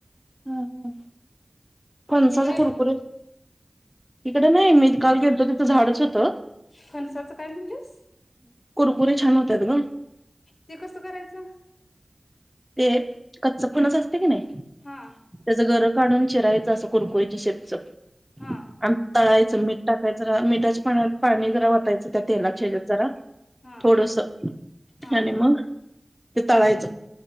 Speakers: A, in the centre; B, on the left (about 75°).
A: हम्म, ह फणसाचा
B: तिकडे
A: कुरकुरीत तिकडे नाही, मी काल गेलतो तिथं झाडच होतं.
B: फणसाचं काय म्हणलीस?
A: कुरकुरी छान होतात गं.
B: ते कसं करायचं?
A: ते कच्च फणस असते की नाही.
B: हा
A: त्याचं गरं काढून चिरायचं असं कुरकुरीच्या शेपचं.
B: हा.
A: आणि तळायचं मीठ टाकाय जरा मिठाच्या पाण्यात पाणी जरा वतायचं त्या तेलाय जरा.
B: हा
A: थोडस
B: हा
A: आणि मग ते तळायचं.